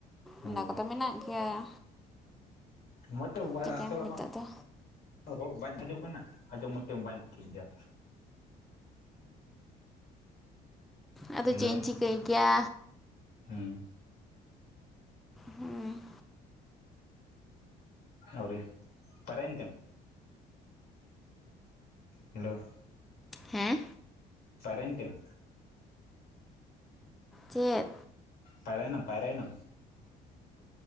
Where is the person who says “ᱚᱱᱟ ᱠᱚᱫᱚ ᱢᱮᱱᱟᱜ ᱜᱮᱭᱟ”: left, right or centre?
Centre